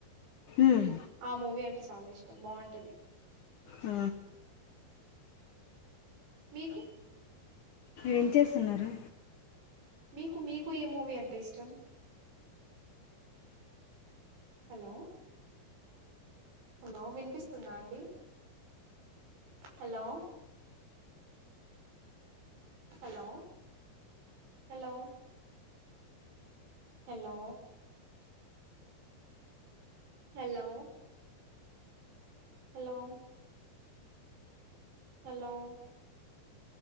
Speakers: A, on the left; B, on the right.
A: ఉమ్,
B: ఆ మూవీ అంటే చాలా ఇష్టం బాగుంటది
A: ఆ
B: మీకు
A: ఏం చేస్తున్నారు
B: మీకు మీకు ఏ మూవీ అంటే ఇష్టం హలో హలో వినిపిస్తుందా అండి hello hello hello hello hello hello hello